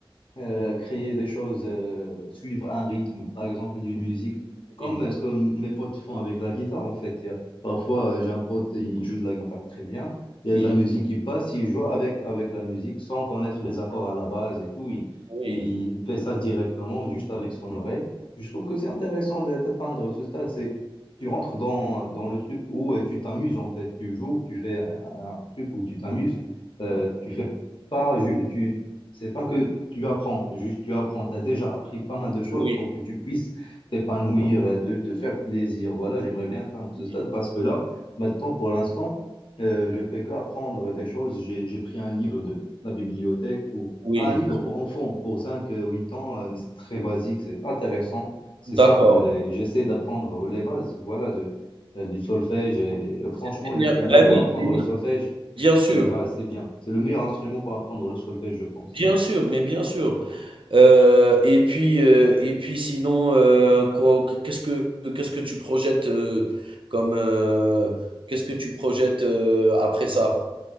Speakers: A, on the left (about 65°); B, on the right (about 65°).
A: euh, créer des choses, euh, suivre un rythme, par exemple d'une musique, comme
B: oui,
A: euh, ce que m- mes potes font avec la guitare en fait. Il y a- parfois, euh, j'ai un pote, il joue de la guitare très bien, il y
B: oui,
A: a de la musique qui passe, il joue avec, avec la musique sans connaître les accords à la base et tout, il,
B: oui,
A: il fait ça directement, juste avec son oreille. Je trouve que c'est intéressant de- d'atteindre ce stade, c'est Tu rentres dans, dans le truc où euh, tu t'amuses en fait, tu joues, tu fais un un truc où tu t'amuses, Euh, tu fais pas, ju- tu c'est pas que tu apprends, juste tu apprends. Tu as déjà appris pas mal de choses
B: oui,
A: pour que tu puisses t'épanouir, euh, te, te faire plaisir. Voilà, j'aimerais bien atteindre ce
B: oui,
A: stade parce que là, maintenant, pour l'instant, euh, je fais que apprendre des choses. J'ai, j'ai pris un livre de la bibliothèque ou
B: oui,
A: un livre pour enfants, pour 5 huit ans. euh, C'est très basique, c'est intéressant, c'est simple.
B: d'accord.
A: et J'essaie d'apprendre les bases, voilà, de, euh, du solfège. Et, euh, franchement,
B: C'est très
A: le
B: bien.
A: piano
B: Bah,
A: pour
B: oui,
A: apprendre
B: mais oui,
A: le solfège,
B: bien sûr,
A: c'est fa- c'est bien. C'est le meilleur instrument pour apprendre le solfège, je pense.
B: bien sûr, mais bien sûr. Heu, et puis, heu, et puis sinon, heu, quoi qu'est-ce que qu'est-ce que tu projettes, heu, comme, heu, qu'est-ce que tu projettes, heu, après ça?